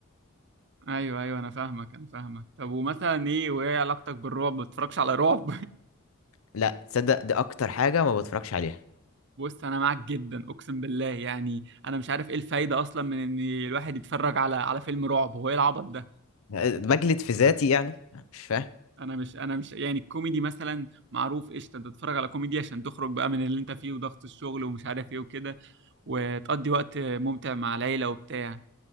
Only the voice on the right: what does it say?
ايوه ايوه انا فاهمك انا فاهمك طب ومثلا ايه وايه علاقتك بالرعب ما بتتفرجش على رعب
<laughs> بص انا معاك جدا اقسم بالله يعني انا مش عارف ايه الفايده اصلا من ان الواحد يتفرج على على فيلم رعب هو ايه العبط ده
انا مش انا مش يعني الكوميدي مثلا معروف قشطه انت تتفرج على كوميدي عشان تخرج بقى من اللي انت فيه وضغط الشغل ومش عارف ايه وكده وتقضي وقت ممتع مع العيله وبتاع